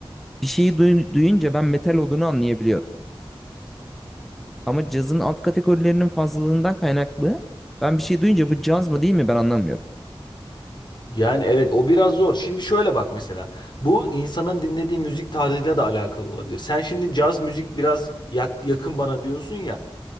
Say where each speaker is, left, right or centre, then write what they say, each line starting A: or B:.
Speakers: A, in the centre; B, on the left (about 50°).
A: bir şeyi duy- duyunca ben metal olduğunu anlayabiliyorum. Ama cazın alt kategorilerinin fazlalığından kaynaklı ben bir şey duyunca bu caz mı değil mi ben anlamıyorum.
B: Yani evet o biraz zor. Şimdi şöyle bak mesela. Bu insanın dinlediği müzik tarzıyla da alakalı olabilir. Sen şimdi caz müzik biraz yak- yakın bana diyorsun ya.